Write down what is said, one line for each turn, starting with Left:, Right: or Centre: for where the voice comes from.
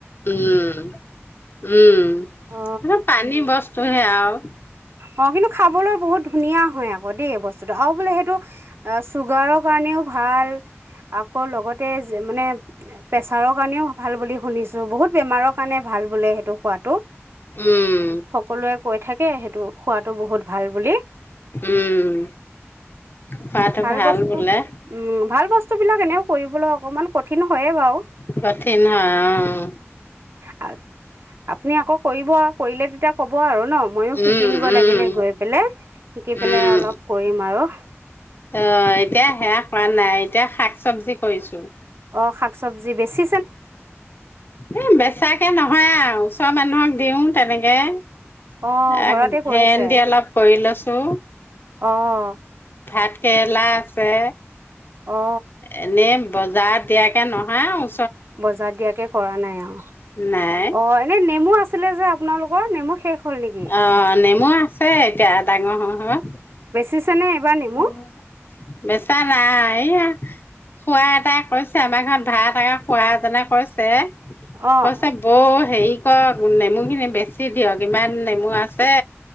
Left: উম উম
Right: অ
Left: পানী বস্ত উহে আৰু <inaudible>
Right: অ কিন্তু খাবলৈ বহুত'। ধুনীয়া হয় আকৌ দেই বস্তুটো আৰু বোলে সেইটো চুগাৰৰ কাৰণেও ভাল আকৌ লগতে যে মানে প্ৰেছাৰৰ কাৰণেও ভাল বুলি শুনিছো বহুত বেমাৰৰ কাৰণে ভাল বোলে সেইটো সোৱাদ,।
Left: উম
Right: সকলোৱে কৈ থাকে স াতো বহুত ভাল বুলি <unintelligible>
Left: উম,। খোৱাটো
Right: ভাল বসছো
Left: বোলে
Right: উম ভাল বস বিলাক এনেও কৰিবলৈ অকণমান ক'। কঠিন হয়ে বাৰু,।
Left: কঠিন হা অ'।
Right: ভাল আপুনি আকৌ কৰিব আৰু কৰিলে তেতিয়া ক'ব আৰু ন ময়ো
Left: অ
Right: শিকিম
Left: উম
Right: গৈ
Left: উম
Right: লাগিলে গৈ পেলাই শিকি পেলাই
Left: উম
Right: অলপ কৰিম আৰু
Left: অ, এতিয়া সেয়া কৰা নাই এতিয়া শাক চবজি কৰিছো।
Right: অ, শাক চবজি বেছি
Left: এ বেচাকে নহয় আৰু <unintelligible> মানুহক দিওঁ তেনেকে। <unintelligible>
Right: অঁ ঘৰতে
Left: ভেন্দি
Right: কৰিছে
Left: অলপ কৰি লৈছো।
Right: অঁ
Left: ভাত-কেৰেলা আছে।
Right: অ।
Left: এনে বজাৰত দিয়াকে নহয় ও
Right: বজাৰ দিয়াকে কৰা নাই আৰু।
Left: নাই
Right: অ, এনে নেমু আছে আছিলে যে আপোনালোকৰ নেমু শেষ হ'ল নেকি
Left: অ, নে মোৰ আছে এতিয়া ডাঙৰ হৈ হৈ।
Right: <unintelligible> নেমু
Left: উম, বেচা নাই। এইয়া, খোৱা এটাই কৈছে আমাৰ ঘৰত ভাত <unintelligible> খোৱা এজনে কৈছে। <unintelligible>
Right: অঁ
Left: বৌ হেৰি <unintelligible> নেমু খিনি বেছি দিয়ক ইমান নেমু আছে।